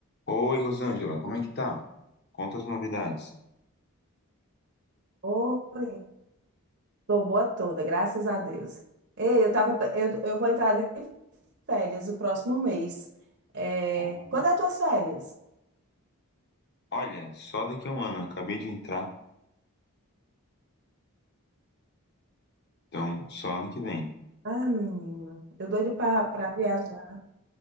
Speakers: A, on the left (about 50°); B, on the right (about 50°).
A: Oi, Rosângela, como é que tá? Conta as novidades.
B: Oi, tô boa toda, graças a Deus. Ei, eu tava, pe- eu, eu vou entrar de férias o próximo mês. É,
A: Olha,
B: quando é tuas férias?
A: olha, só daqui a um ano, acabei de entrar, então só ano que vem.
B: Ah, menino, eu doido pra, pra viajar.